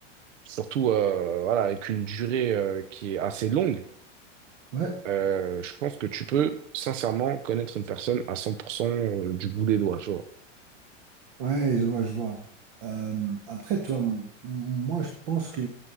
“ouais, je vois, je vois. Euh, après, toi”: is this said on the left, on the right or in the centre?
Right